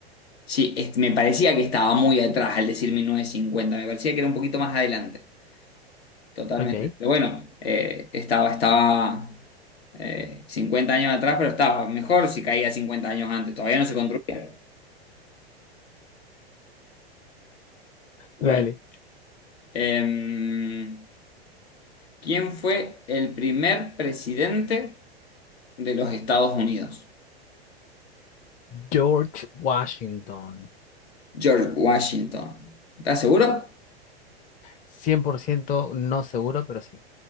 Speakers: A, on the left; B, on the left.
A: Sí, es- me parecía que estaba muy atrás al decir mil novecientos cincuenta Me parecía que era un poquito más adelante. Totalmente.
B: Mm, Ok.
A: Pero bueno, eh, estaba, estaba eh, 50 años atrás, pero estaba mejor si caía 50 años antes. Todavía no se construía. Bueno.
B: Dale.
A: em, ¿Quién fue el primer presidente de los Estados Unidos?
B: George Washington.
A: George Washington. ¿Estás seguro?
B: 100% no seguro, pero sí.